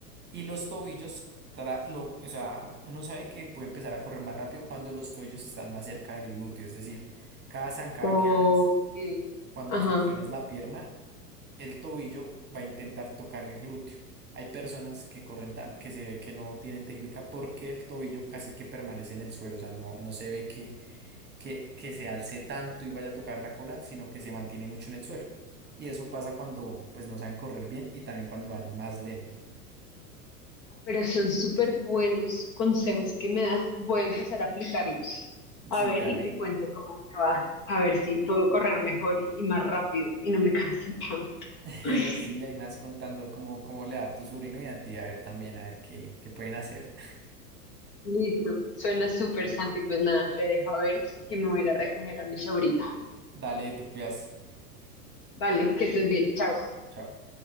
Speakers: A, on the right (about 20°); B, on the left (about 40°).
A: Y los tobillos, tra- lo, o sea, uno sabe que puede empezar a correr más rápido cuando los tobillos están más cerca del glúteo, es decir, cada zancada
B: Ok.
A: que hagas, cuando
B: Ajá.
A: flexionas la pierna, el tobillo va a intentar tocar el glúteo. Hay personas que corren, tam- que se ve que no tienen técnica porque el tobillo casi que permanece en el suelo, o sea, no, no se ve que, que, que se alce tanto y vaya a tocar la cola, sino que se mantiene mucho en el suelo. Y eso pasa cuando pues no saben correr bien y también cuando van más lento.
B: Pero son súper buenos consejos que me das. Voy a empezar a aplicarlos. A
A: Sí,
B: ver,
A: dale.
B: y te cuento cómo me va. A ver si puedo correr mejor y y más rápido y no me canso tanto.
A: <laughs>
B: <laughs>
A: Sí, ahí me vas contando cómo, cómo le da a tu sobrino y a ti, a ver también, a ver qué, qué pueden hacer.
B: Listo. Suena súper, Santi. Pues nada, te dejo a ver que me voy a ir a recoger a mi sobrina.
A: <laughs> Dale, te cuidas.
B: Vale, que estés bien. Chao.
A: Chao.